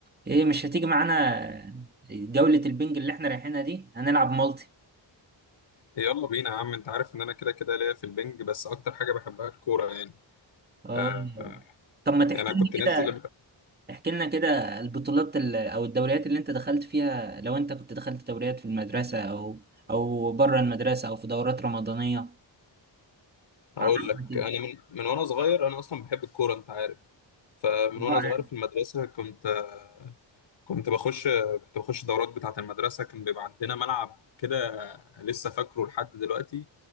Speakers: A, on the right; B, on the left.
A: ايه مش هتيجي معانا جولة البنج اللي احنا رايحينها دي هنلعب مالتي
B: يلا بينا يا عم انت عارف ان انا كده كده ليا في البنج بس اكتر حاجه بحبها الكوره يعني
A: اه
B: آه
A: طب ما تحكي
B: انا كنت
A: لي
B: نازل
A: كده احكي لنا كده البطولات ال- او الدوريات اللي انت دخلت فيها لو انت كنت دخلت دوريات في المدرسة او او بره المدرسة او في دورات رمضانية
B: اقول
A: عرفنا
B: لك
A: كده
B: انا من من وانا صغير انا اصلا بحب الكوره انت عارف فمن وانا
A: اه
B: صغير
A: يعني.
B: في المدرسه كنت آه، كنت بخش كنت بخش دورات بتاعه المدرسه كان بيبقى عندنا ملعب كده آه، لسه فاكره لحد دلوقتي